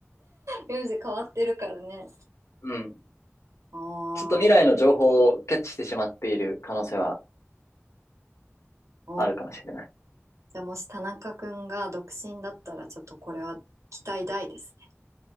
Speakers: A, on the right; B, on the left.
A: 名字変わってるからね。
B: うん。
A: あ
B: ちょっと未来の情報をキャッチしてしまっている可能性は
A: あ、お、
B: あるかもしれない。
A: じゃあもし田中くんが独身だったら、ちょっとこれは期待大ですね。